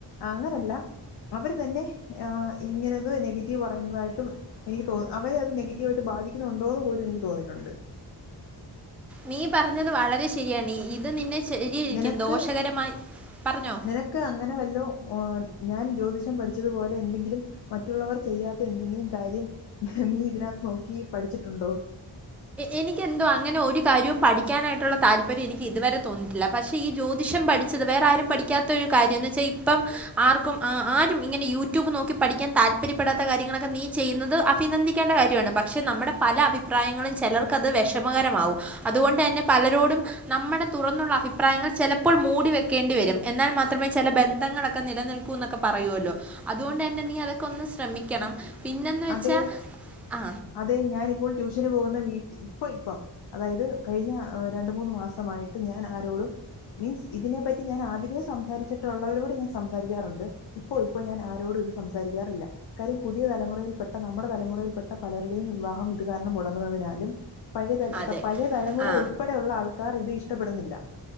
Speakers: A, on the left; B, in the centre.
A: അങ്ങനല്ല അവർ തന്നെ ആ ഇങ്ങനെത് നെഗറ്റീവ് പറയുന്നതായിട്ട് എനിക്ക് തോന്ന അവരെ അത് നെഗറ്റീവ ആയിട്ട് ബാധിക്കുന്നുണ്ടോന്ന് പോലും എനിക്ക് തോന്നിയിട്ടുണ്ട്
B: നീ പറഞ്ഞത് വളരെ ശരിയാണീ ഇത് നിന്നെ ശര്യരിയ്ക്കും
A: നിനക്ക്
B: ദോഷകരമായ് പർഞ്ഞോ?
A: നിനക്ക് അങ്ങനെ വല്ലോ ഞാൻ ജ്യോതിഷം പഠിച്ചതുപോലെ എന്തെങ്കിലും മറ്റുള്ളവർ ചെയ്യാത്ത എന്തെങ്കിലും കാര്യം നീ ഇതിനകത്ത് നോക്കി പഠിച്ചിട്ടുണ്ടോ
B: എനിക്കന്തോ അങ്ങനെ ഒരു കാര്യവും പഠിക്കാനായിട്ടുള്ള താല്പര്യം എനിക്ക് ഇതുവരെ തോന്നിയിട്ടില്ല പക്ഷെ ഈ ജ്യോതിഷം പഠിച്ചത് വേറെ ആരും പഠിക്കാത്ത ഒരു കാര്യം വെച്ചാ ഇപ്പം ആർക്കും ആരും ഇങ്ങനെ യൂട്യൂബ് നോക്കി പഠിക്കാൻ താല്പര്യപ്പെടാത്ത കാര്യങ്ങളൊക്കെ നീ എ എ എ എ എനിക്കെന്തൊ അങ്ങനെ ഒരു കാര്യവും പഠിക്കാനായിട്ടുള്ള താൽപര്യം എനിക്ക് ഇതു വരെ തോന്നീട്ടില്ല. പക്ഷെ, ഈ ജ്യോതിഷം പഠിച്ചത് വേറാരും പഠിക്കാത്തൊരു കാര്യം ന്ന് ച്ച ഇപ്പം ആർക്കും ആ ആരും ഇങ്ങനെ യൂടൂബ് നോക്കി പഠിക്കാൻ താൽപര്യപെടാത്ത കാര്യങ്ങളൊക്ക നീ ചെയ്യുന്നത് അഭിനന്ദിക്കേണ്ട കാര്യണ്. പക്ഷെ, നമ്മുടെ പല അഭിപ്രായങ്ങളും- ചിലർക്കത് വിഷമകരമാവും അതുകൊണ്ട് തന്നെ പലരോടും നമ്മുടെ തുറന്നുള്ള അഭിപ്രായങ്ങൾചെലപ്പോൾ മൂടിവെയാണ്ടിവരും എന്നാൽ മാത്രമേ ചെല ബന്ധങ്ങളൊകെ നിലനിൽക്കൂ എ നൊക്കെ പറയുലോ അത്കൊണ്ട് തന്നെ നീ അതൊക്കെ ഒന്ന് ശ്രമിക്കണം പിന്നെന്ന് വെച്ചാൽ
A: അതെ
B: ആ
A: അതെ ഞാനിപ്പോൾ ട്യൂഷന് പോകുന്ന വീട്ടി ഇപ്പൊ ഇപ്പം അതായത് കഴിഞ്ഞ രണ്ടു മൂന്ന് മാസമായിട്ട് ഞാൻ ആരോടും മീൻസ് ഇതിനെപ്പറ്റി ഞാൻ ആദ്യമേ സംസാരിച്ചിട്ടുള്ളവരോട് ഞാൻ സംസാരിക്കാറുണ്ട് ഇപ്പോഇപ്പൊ പ്പൊ ഇപ്പം അതായത് കഴിഞ്ഞ രണ്ടുമൂന്നു മാസമായിട്ട് ഞാൻ ആരോടും മീൻസ് ഇതിനെ പ്പറ്റി ഞാനാദ്യമേ സംസാരിച്ചിട്ടുള്ളവരോട് ഞാൻ സംസാരിക്കാറുണ്ട്. ഇപ്പൊ ഇപ്പം ഞാൻ ആരോടും ഇത് സംസാരിക്കാറില്ല. കാര്യം പുതിയ തലമുറയിൽ പെട്ട നമ്മുടെ തലമുറയിൽപ്പെെട്ട പലരുടെയും വിവാഹം ഇത് കാരണം മുടങ്ങുന്നതിനാലും പഴയ തലെ
B: അതെ
A: ത പഴയ തരമുറ
B: ആ
A: ഉൾപ്പെടെ ഉള്ള ആൾ ക്കാറിതിഷ്ടപ്പെടുന്നില്ല.